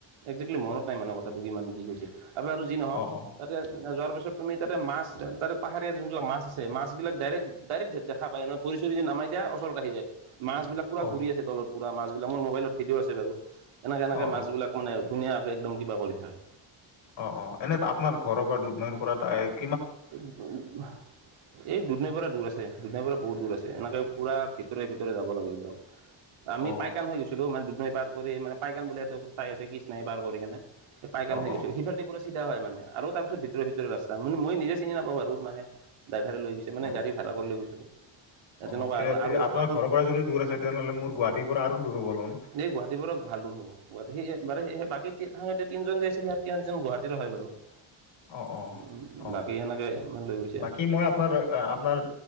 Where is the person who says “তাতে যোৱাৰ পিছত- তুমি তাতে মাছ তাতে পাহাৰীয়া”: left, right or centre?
Right